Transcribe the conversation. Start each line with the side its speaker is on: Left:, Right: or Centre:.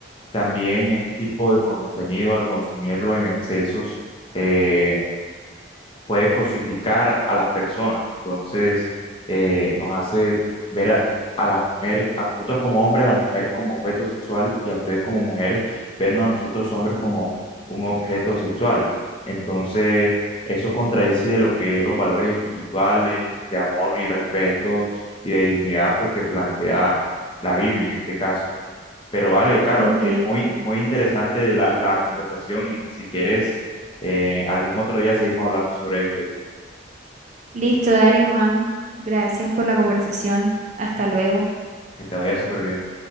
Left: también este tipo de contenido, al consumirlo en excesos, eh, puede cosificar a las personas. Entonces, eh, nos hace ver a, a las mujeres, a nosotros como hombres, a las mujeres como objeto sexual y a ustedes como mujeres, vernos a nosotros hombres como un objeto sexual. Entonces, eso contradice lo que es los valores espirituales, de amor y respeto y de dignidad, pues que plantea la Biblia en este caso. Pero vale, Caro,
Right: Ok,
Left: este, muy,
Right: ok.
Left: muy interesante la, la conversación y si quieres, eh, algún otro día seguimos hablando sobre esto.
Right: Listo, dale, Juan. Gracias por la conversación. Hasta luego.
Left: Que te vaya súper bien.